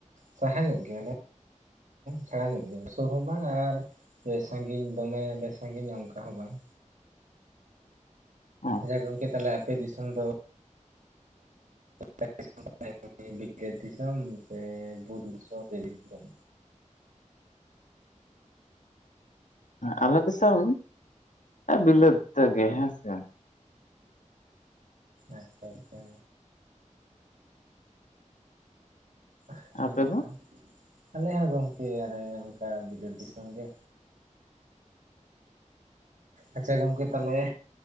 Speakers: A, on the right; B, on the left.
A: ᱥᱟᱦᱟ ᱧᱚᱜ ᱜᱮᱭᱟᱞᱮ ᱪᱷᱟᱲᱟ <unintelligible> ᱥᱩᱨ ᱦᱚᱸ ᱵᱟᱝ ᱟᱨ ᱥᱟᱺᱜᱤᱧ ᱫᱚᱢᱮᱞᱮ ᱥᱟᱺᱜᱤᱧᱟ ᱚᱱᱠᱟ ᱦᱚᱸ ᱵᱟᱝ
B: ᱦ
A: ᱡᱮ ᱜᱚᱢᱠᱮ ᱛᱟᱦᱚᱞᱮ ᱟᱯᱮ ᱫᱤᱥᱚᱢ ᱫᱚ <unintelligible> ᱫᱤᱥᱚᱢ ᱥᱮ ᱵᱩᱨᱩ ᱥ ᱫᱤᱥᱚᱢ
B: ᱟᱞᱮ ᱫᱤᱥᱚᱢ ᱵᱤᱞᱟᱹᱛ ᱜᱮ ᱦᱮᱸ ᱥᱮ
A: ᱟᱪᱪᱷᱟ ᱟᱪᱪᱷᱟ ᱦ
B: ᱟᱯᱮ
A: ᱚᱸᱱᱝᱠᱟᱱ
B: ᱫᱚ
A: ᱟᱞᱮ ᱦᱚᱸ ᱜᱚᱢᱠᱮ ᱟᱞᱮ ᱚᱱᱠᱟ ᱵᱤᱞᱟᱹᱛ ᱫᱤᱥᱚᱢ ᱜᱮ ᱟᱪᱪᱷᱟ ᱜᱚᱝᱠᱮ ᱛᱟᱦᱚᱞᱮ